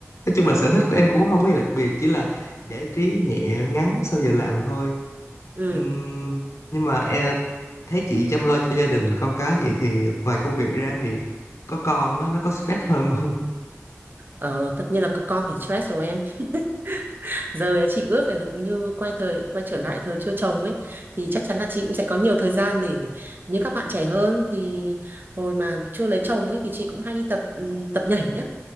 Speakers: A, on the left; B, on the right.
A: nói chung
B: Ừ,
A: là sở thích của em cũng không có gì đặc biệt chỉ là giải trí nhẹ ngắn sau giờ làm thôi
B: ừ.
A: Ừm, nhưng mà em thấy chị chăm lo cho gia đình con cái vậy thì ngoài công việc ra thì có con á, nó có stress hơn không
B: Ờ, tất nhiên là có con phải stress rồi em <laughs> giờ chị ước là được như quay thời quay trở lại thời chưa chồng ấy thì chắc chắn là chị cũng sẽ có nhiều thời gian để như các bạn trẻ hơn thì hồi mà chưa lấy chồng ấy thì chị cũng hay đi tập ừm, tập nhảy nhá